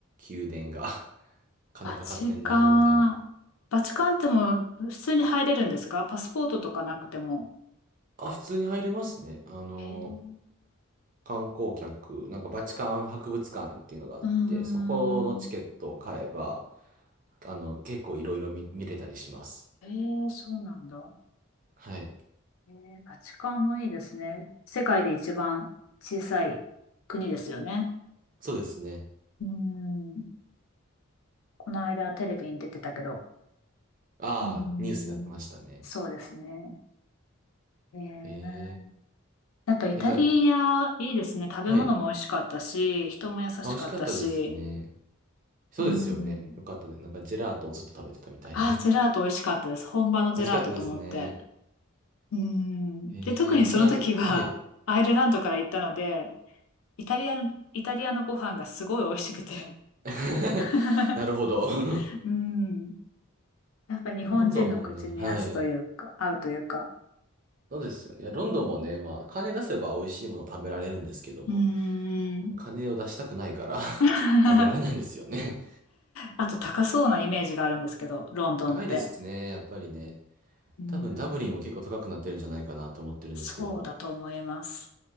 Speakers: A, on the right; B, on the left.
A: 宮殿が <laughs> 金かかってんなーみたいな。
B: バチカン。バチカンってもう普通に入れるんですかパスポートとかなくても。
A: あ、普通に入れますね。あの、
B: えー、
A: 観光客、なんかバチカン博物館っていうのがあって、
B: うんうんうんうん。
A: そこのチケットを買えば、あの、結構いろいろ見、見れたりします。
B: えーそうなんだ。
A: はい。
B: えーバチカンもいいですね。世界で一番小さい国ですよね。
A: そうですね。
B: うん。この間テレビに出てたけど。
A: ああ、
B: うん。
A: ニュースになってましたね。
B: そうですね。ええ
A: え
B: やっぱイタリアいいですね。
A: ー、え、じゃあ、
B: 食べ物も美味しかったし、
A: はい。
B: 人も優しかったし。
A: あ、美味しかったですね。そうですよね。
B: うん。
A: よかったです。なんかジェラートをずっと食べてたみたいなね。
B: ああ、ジェラート美味しかったです。本場のジェラートと思って。
A: 美味しかったですね。
B: うん。
A: えー、
B: で、特にその時は、
A: ちなみに、はい。
B: <laughs> アイルランドから行ったので、イタリアの、イタリアのご飯がすごい美味しくて。
A: <laughs>
B: <laughs>
A: なるほど。<laughs>
B: うん。やっぱ日本人の口に合つというか、
A: ロンドンもね、はい。
B: 合うというか。
A: そうですよね。いや、ロンドンもね、まあ、金出せば美味しいもの食べられるんですけども、
B: うん。
A: 金を出したくないから
B: <laughs>
A: <laughs> 食べられないんですよね。
B: あと高そうなイメージがあるんですけど、ロンドンって。
A: 高いですね、やっぱりね。
B: うん。
A: 多分ダブリンも結構高くなってるんじゃないかなと思ってるんですけども。
B: そうだと思います。